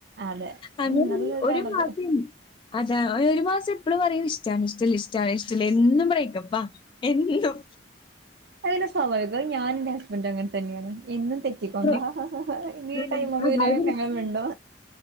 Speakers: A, on the right; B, on the left.
A: അതെ
B: അങ്ങെനെ
A: ഉം നല്ലൊരിതാണത്
B: ഒരു മാസം അതാ ഒരു ഒരു മാസം എപ്പളും പറയും ഇഷ്ടാണ് ഇഷ്ല്ല ഇഷ്ടാണ് ഇഷ്ടല്ല എന്നും ബ്രേക്കപ്പാ. എന്തും
A: അതിന് സ്വാഭാവികം ഞാന് ഇന്റെ ഹസ്ബൻറ് അങ്ങത്തെന്നെയാണ് എന്നും തെ- കറ്റൊണ്ട
B: ബ്രേക്ക്
A: ഈ ഈ
B: ഉം
A: ടൈംആകുമ്പോ
B: അതായത്
A: ഇതിനെ ഞങ്ങൾ മിണ്ടോ